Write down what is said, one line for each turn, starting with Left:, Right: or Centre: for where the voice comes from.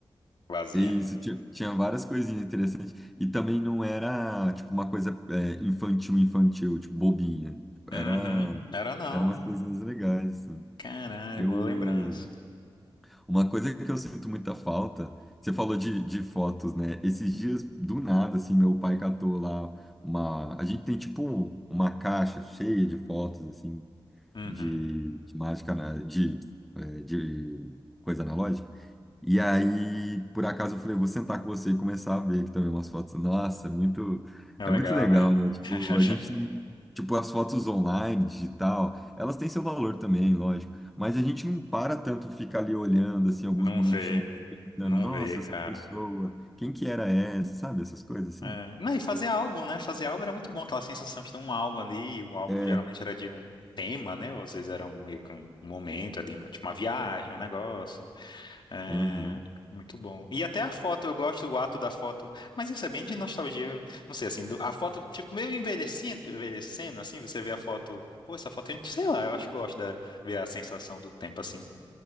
Left: vazia.
Centre: Isso, ti- tinha várias coisinhas interessantes. E também não era, tipo, uma coisa é, infantil, infantil, tipo, bobinha. Tipo,
Left: Uhum,
Centre: Era,
Left: era não.
Centre: era umas coisinhas legais, assim.
Left: Caralho,
Centre: Eu,
Left: boa lembrança.
Centre: uma coisa que eu sinto muita falta, você falou de, de fotos, né? Esses dias, do nada, assim, meu pai catou lá uma... A gente tem, tipo, uma caixa cheia de fotos, assim,
Left: Uhum,
Centre: de, de mágica, ana- de, eh, de coisa analógica. E aí, por acaso, eu falei, vou sentar com você e começar a ver aqui também umas fotos. Nossa, é muito,
Left: é
Centre: é
Left: legal,
Centre: muito legal,
Left: né?
Centre: né? Tipo,
Left: <laughs>
Centre: a gente, tipo, as fotos online, digital, elas têm seu valor também, lógico. Mas a gente não para tanto ficar ali olhando, assim, alguns
Left: Não
Centre: minutinhos,
Left: vê.
Centre: pensando,
Left: Não
Centre: nossa,
Left: vê, cara.
Centre: essa pessoa, quem que era essa, sabe? Essas coisas assim.
Left: É. Não, e fazer álbum, né? Fazer álbum era muito bom, aquela sensação de ter um álbum ali, o álbum
Centre: É.
Left: geralmente era de um tema, né? Ou às vezes era um, meio que um momento ali, uma- tipo uma viagem, um negócio. É,
Centre: Uhum.
Left: muito bom. E até a foto, eu gosto do ato da foto, mas isso é bem de nostalgia, não sei, assim, do- a foto, tipo, meio envelhecendo, envelhecendo, assim, você vê a foto, pô, essa foto, sei lá, eu acho que gosto de ver a sensação do tempo, assim.